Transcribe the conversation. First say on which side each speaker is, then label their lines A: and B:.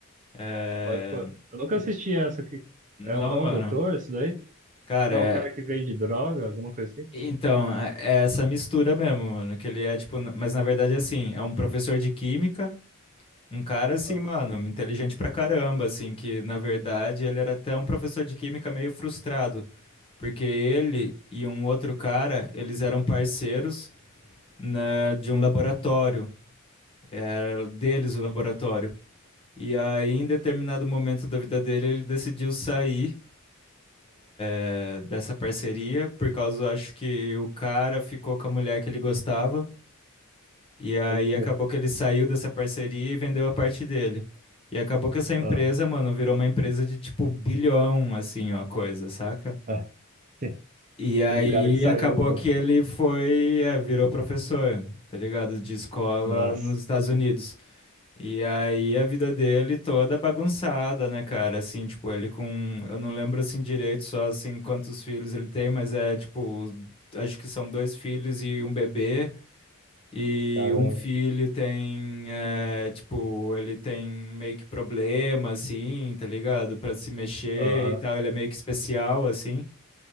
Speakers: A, on the left (about 25°); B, on the right (about 35°).
A: É...
B: pô, pô, eu nunca
A: n-
B: assisti essa aqui.
A: Não,
B: É um, é
A: mano.
B: um doutor isso daí?
A: Cara,
B: Não,
A: é-
B: um cara que vende droga, alguma coisa assim?
A: então, é é essa mistura mesmo, mano. Que ele é, tipo, n- mas na verdade, assim, é um professor de química, um cara, assim,
B: Ah,
A: mano, inteligente pra caramba, assim, que na verdade ele era até um professor de química meio frustrado, porque ele e um outro cara, eles eram parceiros, né, de um laboratório, é, deles o laboratório. E aí, em determinado momento da vida dele, ele decidiu sair, eh, dessa parceria, por causa, acho que o cara ficou com a mulher que ele gostava. E aí
B: pode crer.
A: acabou que ele saiu dessa parceria e vendeu a parte dele. E acabou que essa empresa,
B: Aham.
A: mano, virou uma empresa de tipo bilhão, assim, ó, coisa, saca?
B: Ah, sim.
A: E aí
B: E o cara que saiu,
A: acabou
B: pô.
A: que ele foi, é, virou professor, tá ligado? De escola
B: Nossa,
A: nos Estados Unidos. E aí a vida dele toda bagunçada, né, cara? Assim, tipo, ele com, eu não lembro assim direito só assim quantos filhos ele tem, mas é tipo, acho que são dois filhos e um bebê. E
B: caramba.
A: um filho tem, é, tipo, ele tem meio que problema, assim, tá ligado? Pra se mexer
B: Aham,
A: e tal, ele é meio que especial, assim.